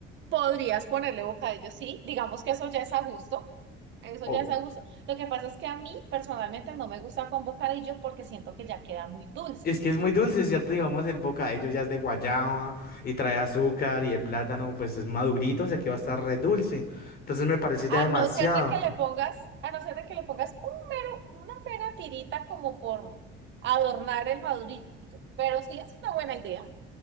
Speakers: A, on the right; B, on the left.
A: Podrías ponerle bocadillo, sí. Digamos que eso ya es a gusto. Eso
B: o-
A: ya es a gusto. Lo que pasa es que a mí personalmente no me gusta con bocadillo porque siento que ya queda muy dulce.
B: Es que es muy dulce, ¿cierto? Digamos, el bocadillo ya es de guayaba y trae azúcar y el plátano pues es madurito, o sea que va a estar re dulce. Entonces me parece
A: A
B: ya demasiado.
A: no ser de que le pongas, a no ser de que le pongas un mero, una mera tirita como por adornar el madurito. Pero sí es una buena idea.